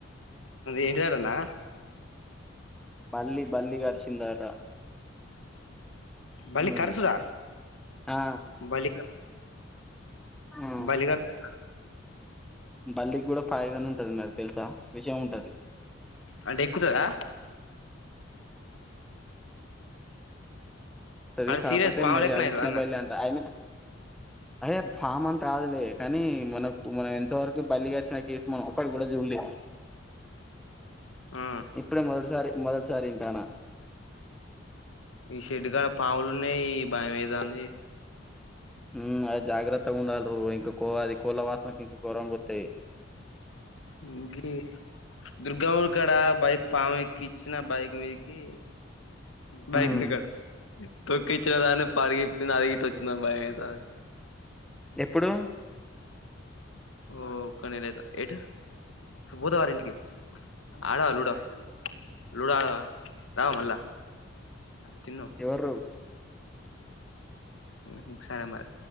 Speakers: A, on the left (about 80°); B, in the centre.
A: ఇంటి దగ్గర ఉన్నా
B: బల్లి బల్లి కరిచిందట
A: బల్లి
B: ఉమ్
A: కరుస్తాద
B: ఆ
A: బల్లి
B: ఉమ్
A: బల్లి కరుస్తాద
B: బల్లికి కూడా పాయిజన్ ఉంటది మరి తెలుసా? విషయం ఉంటది.
A: అంటే ఎక్కుతాదా?
B: అది
A: ఆడ
B: కాకపోతే
A: సీరియస్ పాము
B: మరి
A: లెక్కన
B: అది
A: అయితదా
B: చిన్న
A: అన్న
B: బల్లి అంట ఆయన అయే పాము అంత కాదులే కానీ మనం మనం ఇంతవరకు బల్లి కరిచినా కేస్ మనం ఒక్కటి కూడా చూడలే. <inaudible>
A: ఆ
B: ఇప్పుడే మొటిసారి మొదటిసారి వింటున్నా.
A: ఈ షెడ్డుకాడ పాములు ఉన్నాయి భయం అయితాంది.
B: ఉ అదే జాగ్రత్తగా ఉండాలి రో ఇంకఅది కోళ్ల వాసనకు ఇంకా ఘోరంగా వత్తాయి.
A: ఇంకేంటి. దుర్గఊర్ కాడ బైక్ పాము ఎక్కి ఇచ్చిన బైక్ మీదికి బైక్
B: ఉమ్
A: మీది కి కాదు తొక్కిచ్చిన దాన్ని పడిగి ఇప్పి అదె గిట్ల వచ్చిందా అని భయం అయితాంది.
B: ఎప్పుడు
A: ఒక్క నెల యితే ఏటు పోతావర ఇంటికి. ఆడవా లూడో లూడో ఆడవా రావ మల్ల తిను
B: ఎవరు
A: ఊహు సరే మరి